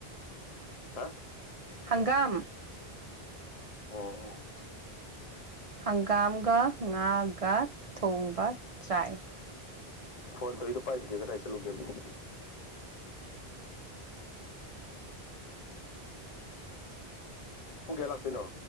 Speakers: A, on the left; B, on the right.
A: ꯍꯥ
B: ꯍꯪꯒꯥꯝ
A: ꯑꯣ ꯑꯣ
B: ꯍꯪꯒꯥꯝꯒ ꯉꯥꯒ ꯊꯣꯡꯕ ꯆꯥꯏ
A: ꯐꯣꯟ ꯇꯩꯗꯣ ꯄꯥꯏꯗ꯭ꯔꯗꯤ ꯀꯗꯥꯏ ꯆꯠꯂꯨꯒꯦꯀꯣ ꯄꯨꯡ ꯀꯌꯥ ꯂꯥꯛꯇꯣꯏꯅꯣ